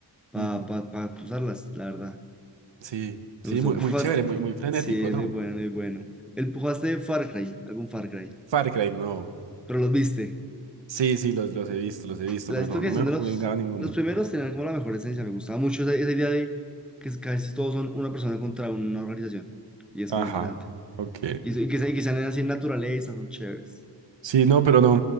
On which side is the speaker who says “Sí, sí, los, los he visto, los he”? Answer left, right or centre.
Right